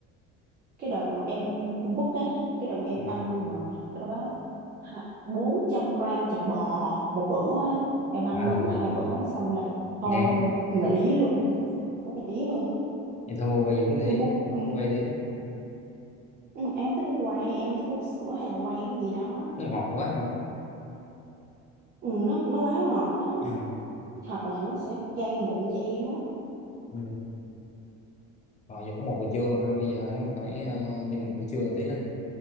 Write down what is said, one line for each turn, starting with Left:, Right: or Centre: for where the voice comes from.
Right: cái đợt mà em em book á cái đợt mà em
Left: ừ.
Right: ăn mà đâu đó 400 gram thịt bò một bữa á em ăn
Left: má
Right: đúng
Left: ơi
Right: hai bữa xong là thôi
Left: ngán
Right: luôn nghỉ luôn nghỉ luôn
Left: vậy thôi mua quay Dũng đi
Right: tôi muốn ừm,
Left: quay đi
Right: ừm, em không thích uống quay em không thích uống sữa hay là quay cái gì đó
Left: nó ngọt quá
Right: ừ, nó nó quá ngọt á
Left: ừ.
Right: hoặc là nó sẽ gây mụn cho em á
Left: ừ. Rồi giờ cũng một giờ trưa ha, bây giờ anh phải ờ, đi làm buổi trưa tí đi.